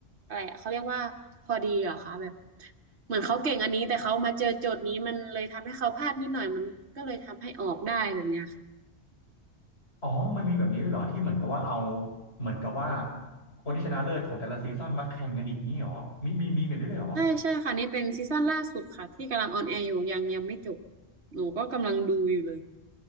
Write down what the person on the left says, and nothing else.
อ๋อมันมีแบบนี้ด้วยเหรอที่เหมือนกับว่าเอาเหมือนกับว่าคนที่ชนะเลิศของแต่ละซีซั่นมาแข่งกันอีกนี้เหรอมีมีมีแบบนี้ด้วยเหรอ